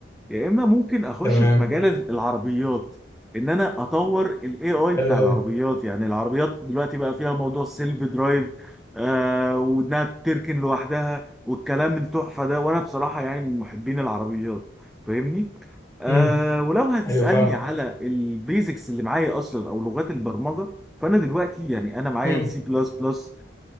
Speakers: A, in the centre; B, on the left.
A: يا اما ممكن اخش
B: تمام
A: في مجال العربيات ان انا اطور الاي اي بتاع
B: حلو قوي
A: العربيات يعني العربيات دلوقتي بقى فيها موضوع سيلف درايف آه وانها بتركن لوحدها والكلام التحفه ده وانا بصراحه يعني من محبين العربيات فاهمني آه
B: امم
A: ولو هتسالني
B: ايوه فاهمك
A: على البيزكس اللي معايا اصلا او لغات البرمجه فانا دلوقتي يعني انا معايا
B: امم
A: السي بلس بلس